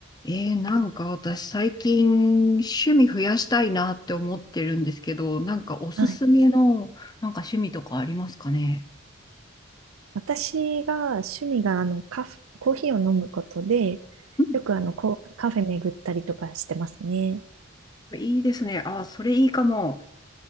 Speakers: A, on the left (about 20°); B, on the right (about 80°).
A: えー、なんか私最近趣味増やしたいなって思ってるんですけど、なんかおすすめのなんか趣味とかありますかね
B: はい。私が趣味があのカフ、コーヒーを飲むことで、
A: うん
B: よくあのコ、カフェ巡ったりとかしてますね。
A: うんいいですね。あ、それいいかも。